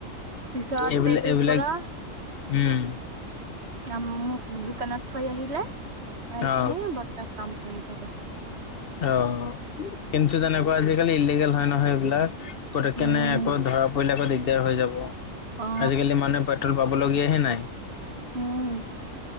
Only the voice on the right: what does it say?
পিছত
এইটোৰ
পৰা
আ মোক দোকানত থৈ আহিলে । যায়
কিনে এ বৰ্তা কাম কৰিব গৈছে।
উম
অ
উম।